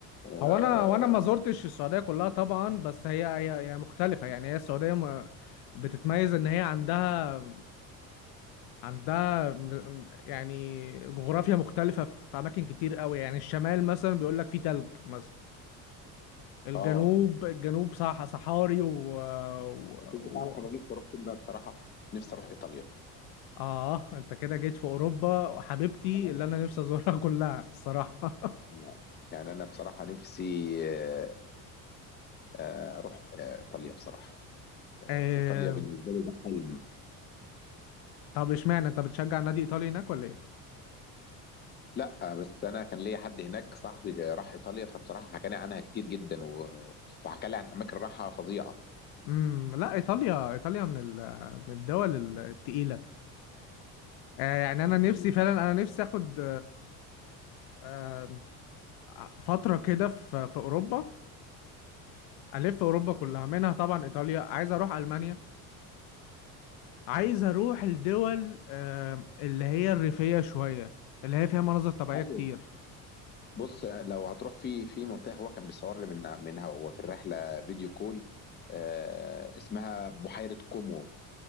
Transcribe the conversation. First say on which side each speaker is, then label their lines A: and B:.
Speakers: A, on the left; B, on the left.
A: اه
B: هو انا وانا ما زرتش السعودية كلها طبعا بس هي هي هي مختلفة يعني هي السعودية ما- بتتميز ان هي عندها عندها م- م- يعني جغرافيا مختلفة في أماكن كتير قوي يعني الشمال مثلا بيقول لك فيه تلج مثلا الجنوب
A: آه.
B: الجنوب صح صحاري و... و...
A: بس انت
B: و...
A: تعرف انا نفسي اروح فين بقى بصراحه نفسي اروح ايطاليا
B: آه أنت كده جيت في أوروبا وحبيبتي
A: آه،
B: اللي أنا نفسي أزورها <laughs> كلها الصراحة <laughs>
A: آه. يعني انا بصراحه نفسي آه، آه، اروح آه، ايطاليا بصراحه
B: آه...
A: ايطاليا بالنسبه لي ده حلم
B: طب إشمعنى أنت بتشجع نادي إيطالي هناك ولا إيه؟
A: لا بس انا كان ليا حد هناك صاحبي جا- راح ايطاليا فبصراحه حكى لي عنها كتير جدا و- وحكى لي عن اماكن راحه فظيعه
B: امم لا ايطاليا ايطاليا من ال... من الدول التقيله آه يعني انا
A: يعني
B: نفسي فعلا انا نفسي اخد آه، فتره كده في في اوروبا ألف أوروبا كلها منها طبعا إيطاليا عايز أروح ألمانيا عايز أروح الدول آه، اللي هي الريفية شوية اللي هي فيها مناظر طبيعية
A: أيوة.
B: كتير
A: بص لو هتروح في في منطقه هو كان بيصور لي من منها وهو في الرحله فيديو كول آه اسمها بحيره كومو